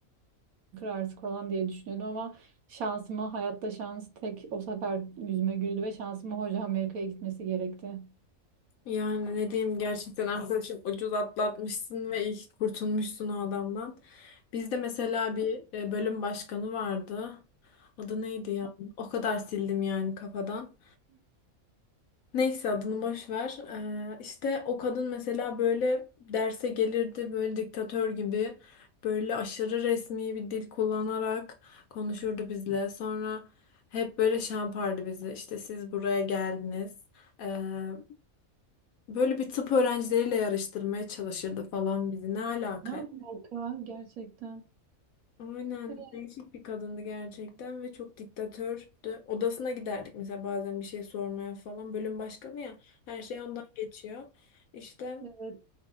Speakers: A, on the right; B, on the left.
A: kırarsın falan diye düşünüyordum ama şansıma hayatta şans tek o sefer yüzüme güldü ve şansıma hoca Amerika'ya gitmesi gerekti.
B: Yani ne diyeyim gerçekten arkadaşım ucuz atlatmışsın ve ilk kurtulmuşsun o adamdan. Bizde mesela bir e, bölüm başkanı vardı. Adı neydi ya? O kadar sildim yani kafadan. Neyse adını boş ver. Ee, işte o kadın mesela böyle derse gelirdi böyle diktatör gibi böyle aşırı resmi bir dil kullanarak konuşurdu bizle. Sonra hep böyle şey yapardı bizi. İşte siz buraya geldiniz. Ee, böyle bir tıp öğrencileriyle yarıştırmaya çalışırdı falan bizi. Ne alaka?
A: Ne alaka gerçekten?
B: Aynen
A: Evet.
B: değişik bir kadındı gerçekten ve çok diktatördü. Odasına giderdik mesela bazen bir şey sormaya falan. Bölüm başkanı ya her şey ondan geçiyor. İşte
A: Evet.